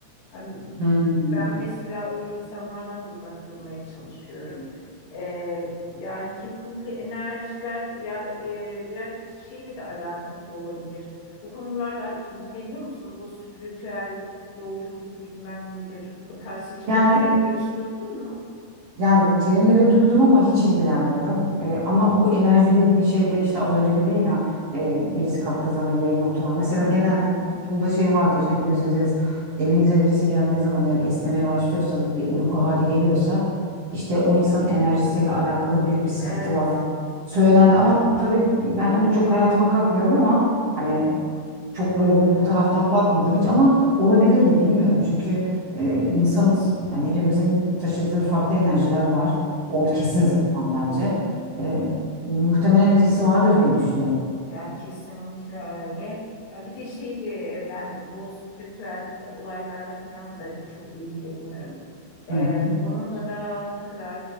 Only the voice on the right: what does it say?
Hmm.
Yani
yani terimleri duydum ama hiç ilgilenmiyorum. Ee, ama bu enerji dediğin şeyde işte az önce dedin ya e, birisi kalktığı zaman yerine oturma. Mesela
genelde toplumda şey vardır hepimiz biliriz. Evinize birisi geldiği zaman eğer esnemeye başlıyorsanız bir uyku hali geliyorsa işte o insanın enerjisiyle alakalı büyük bir sıkıntı
var. Söylendi ama tabii ben onu çok hayatıma katmıyorum ama hani çok böyle bu,
bu taraftan bakmadım hiç ama olabilirdi bilmiyorum çünkü. e, insanız. Yani hepimizin taşıdığı farklı enerjiler var. O
kesin zaten bence. E, muhtemelen etkisi vardır diye düşünüyorum.
Hı hı.